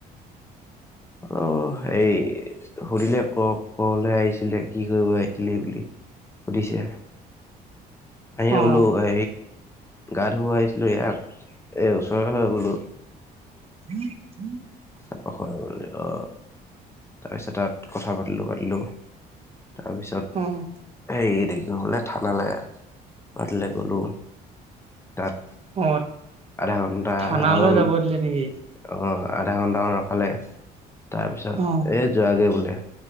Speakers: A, on the left; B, on the right.
A: অ, হেই সুধিলে ক, কলে আহিছিলে। কি কৰিবাইছিলে বুলি সুধিছে। আহি
B: অ
A: বলো হ গা ধুব আহিছিলোঁ ইয়াত, এই ওচৰ হৈ বোলো।
B: <inaudible>
A: চ, খ, অ, তাৰপিছত তাত কথা পাতিলো, পাতিলো। তাৰপিছত
B: অ
A: হেৰি থাকি নহলে, ঠানালে আহ মতিলৈ গ'লো। তাত
B: অ
A: আধা ঘণ্টামান
B: থানালৈ যাব দিলে নেকি
A: অ'। আধা ঘন্টামান ৰখালে, তাৰপিছত
B: অ
A: এ, যোৱাগে বোলে।